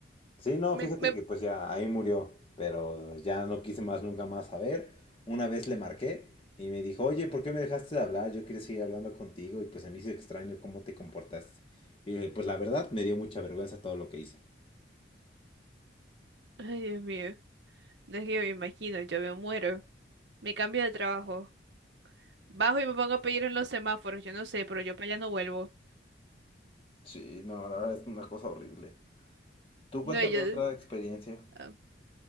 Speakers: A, on the left; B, on the right.
A: sí, no,
B: Me,
A: fíjate
B: me...
A: que pues ya ahí murió, pero ya no quise más nunca más saber. Una vez le marqué y me dijo, oye, ¿por qué me dejaste de hablar? Yo quería seguir hablando contigo y pues se me hizo extraño cómo te comportaste. Y le dije, pues la verdad me dio mucha vergüenza todo lo que hice.
B: Ay, Dios mío. No es que yo me imagino, yo me muero. Me cambio de trabajo. Bajo y me pongo a pedir en los semáforos. Yo no sé, pero yo para allá no vuelvo.
A: Sí, no, la verdad es una cosa horrible. Tú
B: No,
A: cuéntame
B: yo...
A: otra experiencia.
B: ah.